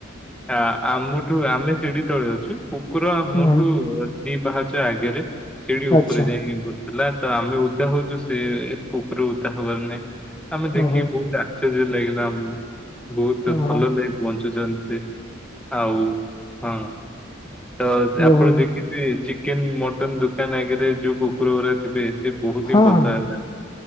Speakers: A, in the centre; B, on the left (about 20°).
A: ଆ-ଆମଠୁ ଆମେ ସିଡି ତଳେ ଅଛୁ କୁକୁର ଆମଠୁ
B: ହଁ
A: ଦିଇ ପାହାଚ ଆଗେରେ ସିଢି ଉପରେ
B: ଆଚ୍ଛା
A: ଆସିକି ବସିଲା ତ ଆମେ ଉଦା ହଉଚୁ ସେ କୁକୁର ଉଦା ହବାର ନାଇଁ। ଆମେ ଦେଖିକି
B: ଓହୋ
A: ବହୁତ ଆଶ୍ଚର୍ଯ୍ୟ ଲାଗିଲା ଆମକୁ ବହୁତ
B: ଓହୋ
A: ଭଲ ଲା ବଞ୍ଚୁଛନ୍ତି ସେ ଆଉ ହଁ ତ ଆପଣ
B: ଓହୋ
A: ଦେଖି ଚିକେନ ମଟନ ଦୋକାନ ଆଗରେ ଯୋଉ କୁକୁର ଗୁରା ଥିବେ। ସେ ବହୁତ
B: ହଁ
A: ହିଁ ବର୍ଷା
B: ହଁ
A: ହେଇଥାଏ